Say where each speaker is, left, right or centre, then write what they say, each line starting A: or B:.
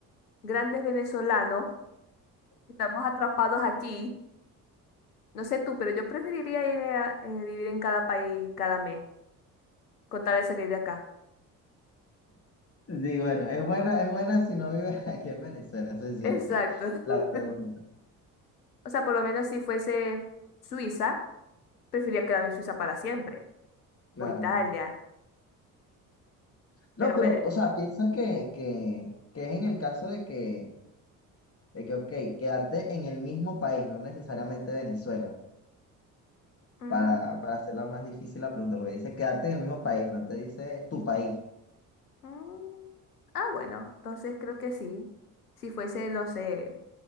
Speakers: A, on the left (about 85°); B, on the left (about 30°).
A: grandes venezolanos, estamos atrapados aquí. No sé tú, pero yo preferiría irme a eh, vivir en cada país cada mes, con tal de salir de acá.
B: Sí, bueno, es buena, es buena si no vives <laughs> aquí en Venezuela, eso es cierto.
A: Exacto. <laughs>
B: La pregunta,
A: O sea, por lo menos si fuese Suiza, Prefería quedarme en Suiza para siempre,
B: claro.
A: o Italia,
B: No,
A: pero...
B: pero,
A: Vene-
B: o sea, piensa que, que, que es en el caso de que, de que, ok, quedarte en el mismo país, no necesariamente Venezuela,
A: Mm,
B: para, para hacerla más difícil la pregunta, porque dice quedarte en el mismo país, no te dice tu país.
A: mm. Ah, bueno, entonces creo que sí. Si fuese, no sé,